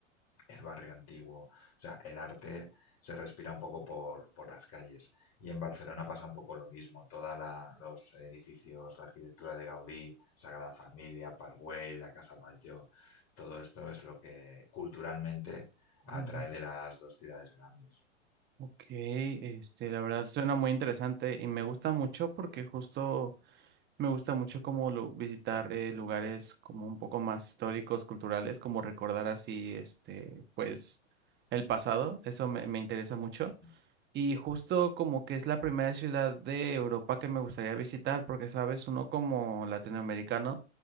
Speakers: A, on the left (about 40°); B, on the right (about 30°).
A: el barrio antiguo, o sea, el arte se respira un poco por, por las calles. Y en Barcelona pasa un poco lo mismo, toda la, los edificios, la arquitectura de Gaudí, Sagrada Familia, Park Güell, la Casa Batlló, todo esto es lo que culturalmente atrae
B: ujú.
A: de las dos ciudades grandes.
B: Ok, este, la verdad suena muy interesante y me gusta mucho porque justo me gusta mucho como lu- visitar eh, lugares como un poco más históricos, culturales, como recordar así, este, pues, el pasado, eso me, me interesa mucho.
A: Ujú.
B: Y justo como que es la primera ciudad de Europa que me gustaría visitar, porque sabes, uno como latinoamericano,